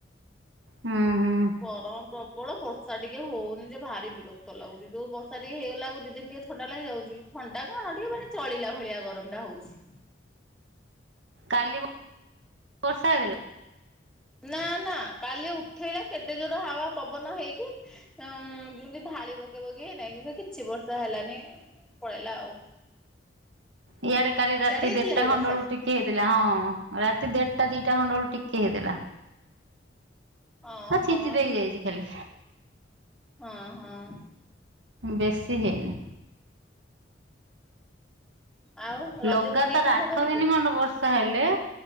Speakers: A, on the right; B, in the centre.
A: ହୁଁ ହୁଁ
B: ଗରମ ପ୍ରବ ପ୍ରବଳ ବର୍ଷା ଟିକେ ହୋଉନି ଯେ ଭାରି ବିରକ୍ତ ଲାଗୁଛି, ଯୋଉ ବର୍ଷା ଟିକେ ହେଇଗଲା ଆକୁ ଦି ଦିନ ଟିକେ ଥଣ୍ଡା ଲାଗିଯାଉଛି। ଥଣ୍ଡା କଣ ଟିକେ ମାନେ ଚଳିଲା ଭଳିଆ ଗରମ୍ ଟା ହଉଛି।
A: କାଲି ବର୍ଷା ହେଇଥିଲା?
B: ନା ନା କାଲି ଉଠେଇଲା କେତେ ଜୋର ହାୱା ପବନ ଦେଇକି। ଉଁ ଯେମିତି ଢାଳି ବଗେଇ ବଗେଇ ହେ ନାଇ କିଛି ବର୍ଷା ହେଲାନି। ପଳେଇଲା ଆଉ।
A: ଇଆଡେ କାଲି ରାତି
B: ସିଆଡେ ହେଇଥିଲା
A: ଦିଟା
B: କି
A: ଖଣ୍ଡ
B: ବର୍ଷା
A: ବେଳକୁ ଟି ଟିକେ ହେଇଥିଲା ହଁ ରାତି ଦେ। ଢଟା ଦିଟା ଖଣ୍ଡ ବେଳୁ ଟିକେ ହେଇଥିଲା।
B: ଓହୋ
A: ହ ଛିଞ୍ଚି ଦେଇକି ଯାଇଛି ଖାଲି।
B: ହଁ- ହଁ।
A: ବେଶୀ ହେଇନି।
B: ଆଉ ରଜକୁ
A: ଲଗାତାର୍
B: କି ପିଠା
A: ଆଠ
B: କରିବୁ?
A: ଦିନ ଖଣ୍ଡେ ବର୍ଷା ହେଲେ।